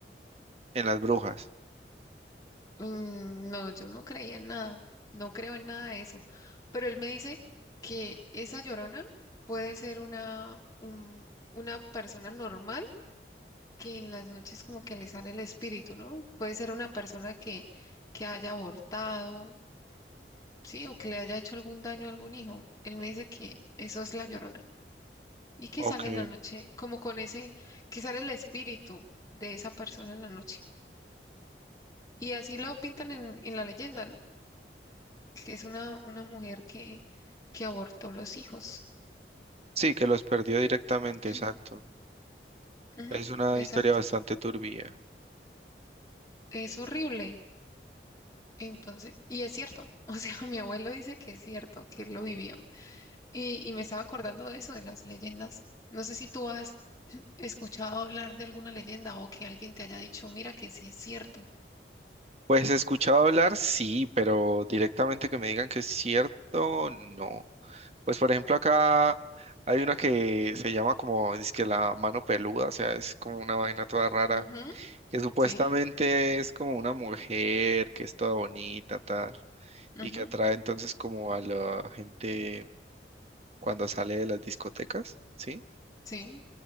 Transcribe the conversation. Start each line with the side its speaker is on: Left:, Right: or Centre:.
Right: en las brujas.
Left: mm, no, yo no creía en nada, no creo en nada de eso. Pero él me dice que esa Llorona puede ser una, un- una persona normal que en las noches como que le sale el espíritu, ¿no? Puede ser una persona que, que haya abortado, sí, o que le haya hecho algún daño a algún hijo. Él me dice que eso es la Llorona. y que
Right: Ok.
Left: sale en la noche, como con ese, que sale el espíritu de esa persona en la noche. Y así lo pintan en, en la leyenda, ¿no? Que es una, una mujer que, que abortó los hijos.
Right: Sí, que los perdió directamente,
Left: <clears throat>
Right: exacto.
Left: Ujú,
Right: Es una
Left: exacto.
Right: historia bastante turbia.
Left: Es horrible. Entonces, y es cierto. <laughs> O sea, mi abuelo dice que es cierto, que él lo vivió. Y, y me estaba acordando de eso, de las leyendas. No sé si tú has <clears throat> escuchado hablar de alguna leyenda o que alguien te haya dicho, mira que sí es cierto.
Right: Pues he escuchado hablar, sí, pero directamente que me digan que es cierto, no. Pues por ejemplo acá hay una que se llama como, dizque la mano peluda, o sea, es como una vaina toda rara,
Left: Ujú,
Right: que supuestamente
Left: sí,
Right: es como una mujer que es toda bonita, tal,
Left: ujú,
Right: y que atrae entonces como a la gente cuando sale de las discotecas, ¿sí?
Left: sí.